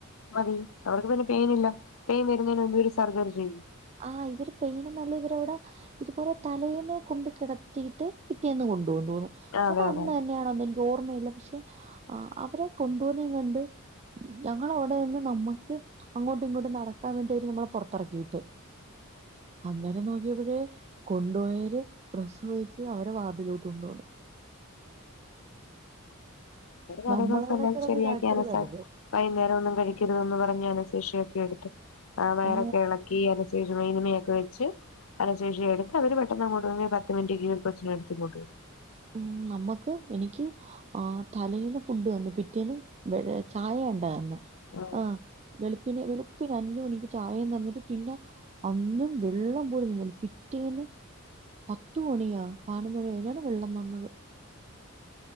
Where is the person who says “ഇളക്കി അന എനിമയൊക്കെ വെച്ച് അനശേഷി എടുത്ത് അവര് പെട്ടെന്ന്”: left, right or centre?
Left